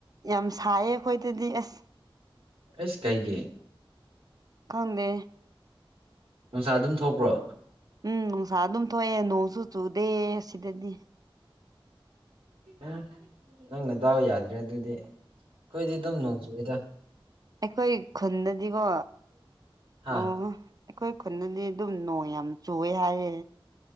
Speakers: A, on the right; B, on the right.
A: ꯌꯥꯝ ꯁꯥꯏꯌꯦ ꯑꯈꯣꯏꯗꯗꯤ ꯑꯁ
B: ꯑꯁ ꯀꯩꯒꯤ
A: ꯈꯪꯗꯦ
B: ꯅꯨꯡꯁꯥ ꯑꯗꯨꯝ ꯊꯣꯛꯄ꯭ꯔꯣ
A: ꯎꯝ ꯅꯨꯡꯁꯥ ꯑꯗꯨꯝ ꯊꯣꯛꯑꯦ ꯅꯣꯡꯁꯨ ꯆꯨꯗꯦ ꯑꯁꯤꯗꯗꯤ
B: ꯎꯝ ꯅꯪ ꯅꯗꯥꯎ ꯌꯥꯗ꯭ꯔꯦ ꯑꯗꯨꯗꯤ ꯑꯩꯈꯣꯏꯗꯤ ꯑꯗꯨꯝ ꯅꯣꯡ ꯆꯨꯌꯦꯗ
A: ꯑꯈꯣꯏ ꯈꯨꯟꯗꯗꯤꯀꯣ
B: ꯍꯥ
A: ꯑꯣ ꯑꯈꯣꯏ ꯈꯨꯗꯗꯤ ꯑꯗꯨꯝ ꯅꯣꯡ ꯌꯥꯝ ꯆꯨꯑꯦ ꯍꯥꯏꯌꯦ